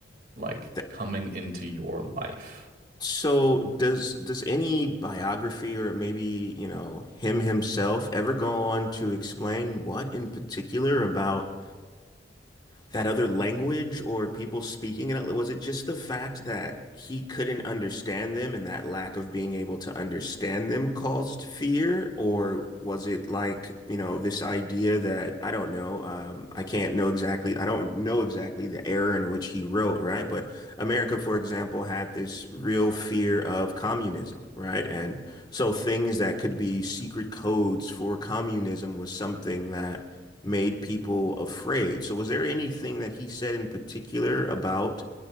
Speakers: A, on the right; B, on the left.
A: like
B: <laughs>
A: coming
B: <laughs>
A: into your life.
B: So does does any biography or maybe, you know, him himself ever go on to explain what in particular about that other language or people speaking it? Was it just the fact that he couldn't understand them and that lack of being able to understand them caused fear? Or was it like, you know, this idea that I don't know, um, I can't know exactly, I don't know exactly the era in which he wrote, right? But America, for example, had this real fear of communism, right? And so things that could be secret codes for communism was something that made people afraid. So, was there anything that he said in particular about